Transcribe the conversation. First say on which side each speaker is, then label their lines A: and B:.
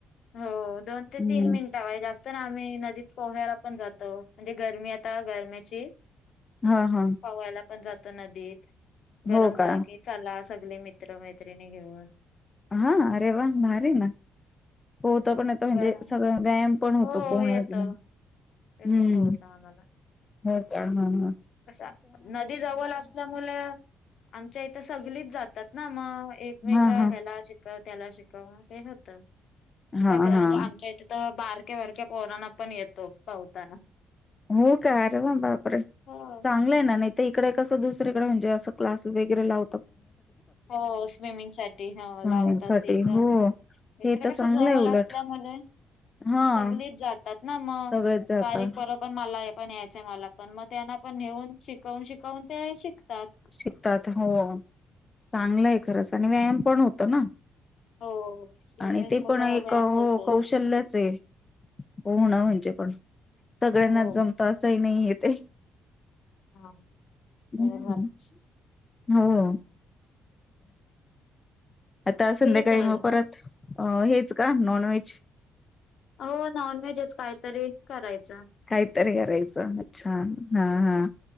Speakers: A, on the left (about 65°); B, on the left (about 25°).
A: हो दोन ते
B: हम्म.
A: तीन मिनिटा वय जास्त तर आम्ही नदीत पोह्यायला पण जातो म्हणजे गरमी आता गरम्याची.
B: ह ह
A: पोवायला पण जातो नदीत, गरम
B: हो
A: झाला
B: का?
A: की चला सगळे मित्र मैत्रिणी घेऊन.
B: हा अरे वा भारी ना, पोहता पण येत म्हणजे,
A: गरम
B: सगळं व्यायाम पण होतो,
A: हो
B: पोहण्यामुळं
A: येतो
B: हम्म,
A: येतो पोहता आम्हाला
B: हो का ह ह
A: कसा, नदी जवल असल्यामुल आमच्या इथं सगलीच जातात ना मग, एकमेका
B: हां, हां.
A: ह्याला अ त्याला शिकव ते होत.
B: हां,
A: सगळं
B: हां.
A: म्हणजे आमच्या इथं तर बारक्या बारक्या पोरना पण येतो पौवताना.
B: हो का अरे वा बापरे,
A: हो
B: चांगलं आहे ना नाही तर इकडे कस दुसरेकडे म्हणजे असं क्लास वगैरे लाव
A: हो स्विमिंग साठी ह
B: स्विमिंगसाठी
A: लावतात तिथं.
B: हो. हे
A: इकडे
B: तर चांगलं
A: कस जवल
B: आहे उलट.
A: असल्यामुले,
B: हां,
A: सगळीच जातात ना मग
B: सगळेच जातात,
A: बारीक पोरं पण मला यायचंय मला पण मग त्यांना पण नेऊन शिकवून शिकवून ते शिकतात.
B: शिकतात हो चांगलं आहे खरंच, आणि व्यायाम पण होतो ना.
A: हो स्विमिंग
B: आणि ते
A: मुलं
B: पण एक
A: व्यायाम
B: हो
A: होतोच
B: कौशल्यच आहे. हो ना म्हणजे पण, सगळ्यांनाच
A: हो
B: जमत असंही नाहीये ते.
A: हा हो
B: हम्म
A: हो <unintelligible>
B: हो आता संध्याकाळी
A: ठीक आहे.
B: मग परत अ हेच का नॉन व्हेज.
A: हो नॉनव्हेजच कायतरी करायचं.
B: काहीतरी करायचं, अच्छा हा हा